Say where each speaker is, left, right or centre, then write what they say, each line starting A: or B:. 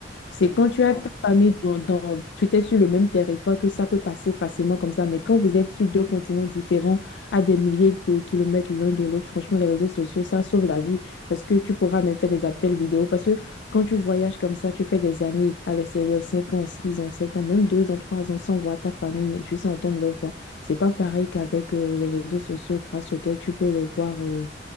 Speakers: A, on the left (about 70°); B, on the left (about 30°).
A: C'est
B: Oui,
A: quand
B: pour
A: tu as
B: ça
A: ta famille dans, dans- tu étais sur le même territoire que ça peut passer facilement comme ça. Mais quand vous êtes sur deux continents différents, à des milliers de kilomètres l'un de l'autre, franchement, les réseaux sociaux, ça sauve la vie. Parce que tu pourras même faire des appels vidéo. Parce que quand tu voyages comme ça, tu fais des années à l'extérieur, 5 ans, 6 ans, 7 ans, même 2 ans, 3 ans, sans voir ta famille, et juste entendre leur voix. C'est pas pareil qu'avec euh, les réseaux sociaux grâce auxquels tu peux les voir. euh,